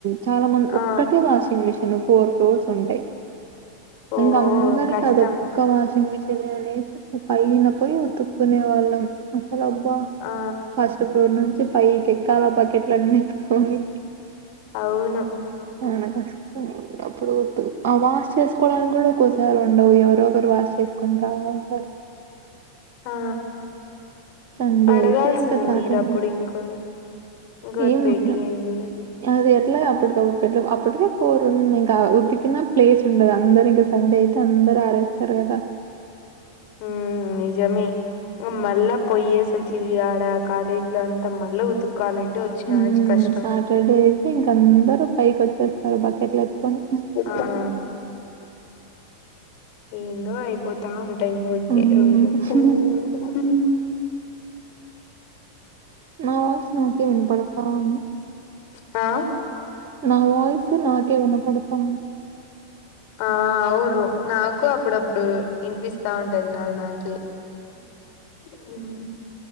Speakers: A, on the right; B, on the left.
A: చాలా మంది ఒక్కటే
B: ఆ
A: వాషింగ్ మిషన్. ఫోర్ ఫ్లోర్స్ ఉంటయి.
B: ఓ
A: ఇంగా అందరికి
B: కష్టం
A: అదొక్కా వాషింగ్ మెషీన్ అనేసి పయినపోయి ఉతుక్కునే వాళ్ళం. అసలు అబ్బా
B: ఆ
A: ఫస్ట్ ఫ్లోర్ నుంచి పైకి ఎక్కాల బకెట్లన్ని ఎత్తుకొని
B: అవును.
A: చానా కష్టం అప్పుడు పోతు ఆ వాష్ చేసుకోవడానికి కూడా ఒక్కోసారి ఉండవు, ఎవరో ఒకరు వాష్ చేసుకుంటా ఉంటారు.
B: ఆ
A: సండే
B: అడగాల్సింది
A: అయితే ఇంకా సాటర్డే
B: మీరప్పుడు ఇంకో ఇంగోటి
A: ఏం
B: పెట్టీయండి.
A: ఉన్నా- అది ఎట్లా అప్పటికప్పుడు పెట్ అప్పటికే పోరుంది ఇంకా ఉదికిన్న ప్లేస్ ఉండదు అందరు ఇంక సండే అయితే అందరు ఆరేస్తారు గదా
B: హుమ్ నిజమే మళ్ళ పొయ్యేసి వచ్చివి ఆడ కాలేజ్ లో అంతా మళ్ళ ఉతుకు క్కో వాలంటే వచ్చిన
A: మ్మ్
B: చి కష్టం
A: సాటర్డే అయితే ఇంక అందరూ పైకి వచ్చేస్తారు బకెట్లు ఎత్తుకొని
B: ఆఆ ఏందో అయిపోతా ఉం ఏం ఊరికే
A: మ్మ్
B: రోజు హామ్ హామ్
A: నోస్ నాకే వినుపడతా ఉంది
B: ఆ
A: నా వయిస్ నాకే వినపడతాంది
B: ఆ అవును నాకు అప్పుడప్పుడు ఇనిపిస్తా ఉంటది నాది నాకే అవును